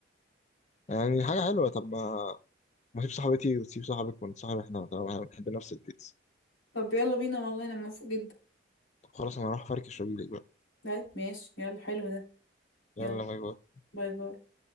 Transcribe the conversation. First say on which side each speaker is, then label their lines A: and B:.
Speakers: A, on the left; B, on the left.
A: يعني حاجة حلوة طب ما ما تسيب صاحبتي وتسيب صاحبك ونتصاحب احنا طالما احنا بنحب نفس الديتس
B: طب يلا بينا والله انا موافقه جدا
A: طب خلاص أنا هروح أفركش وأجيلك بقى
B: طيب ماشي يلا حلو ده
A: يلا
B: يلا
A: باي باي
B: باي باي